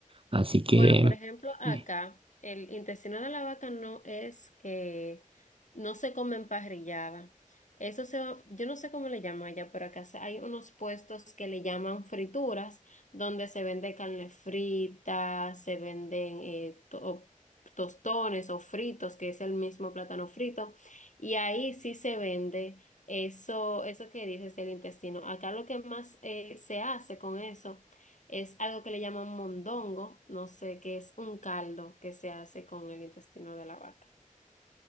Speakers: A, on the right (about 40°); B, on the left (about 60°).
A: Así que...
B: Bueno, por ejemplo, acá
A: eh,
B: el intestino de la vaca no es que no se come emparrillada. Eso se, va- yo no sé cómo le llaman allá, pero acá se- hay unos puestos que le llaman frituras, donde se vende carne frita, se venden eh, to- tostones o fritos, que es el mismo plátano frito, y ahí sí se vende eso, eso que dices del intestino. Acá lo que más eh, se hace con eso. Es algo que le llaman mondongo, no sé, que es un caldo que se hace con el intestino de la vaca.